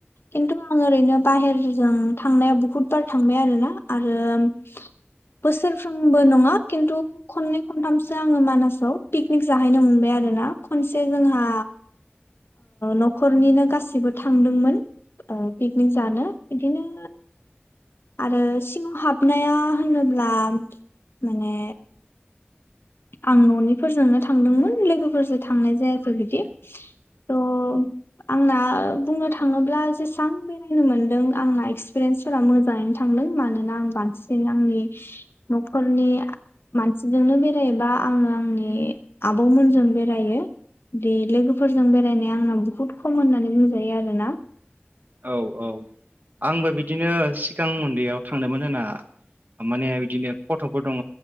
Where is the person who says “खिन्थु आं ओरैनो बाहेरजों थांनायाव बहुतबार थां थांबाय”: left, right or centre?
Left